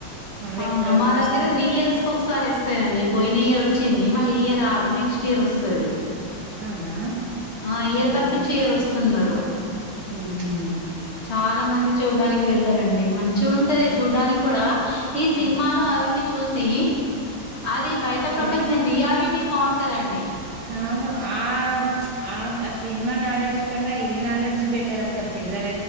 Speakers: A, on the right (about 75°); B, on the left (about 35°).
A: మళ్ళీ
B: అవునా
A: ఎప్పుడో
B: మా
A: కాని
B: దగ్గర
A: వస్తారు
B: త్రీ ఇయర్స్ కు ఒకసారి వస్తాయండి పోయిన ఇయర్ వచ్చింది మళ్ళీ ఇయర్ రాదు నెక్స్ట్ ఇయర్ వస్తుంది
A: అవునా
B: ఆ
A: ఉమ్
B: ఇయర్ తప్పిచ్చి ఇయర్ వస్తున్నారు
A: ఉహు
B: చాలా మంది చూడ్డానికి వెళ్తారండి మంచిగా ఉంటది చూడ్డానికి కూడా ఈ సినిమాలో
A: ఉమ్.
B: అవివి చూసి సి అది బయట
A: అది
B: ప్రపంచం రియాలిటీ బాగుంటందండి
A: అవును ఆ ఆ సినిమా నాలడ్జి కన్నా ఈ నాలెడ్జి బెటర్ అసలు పిల్ల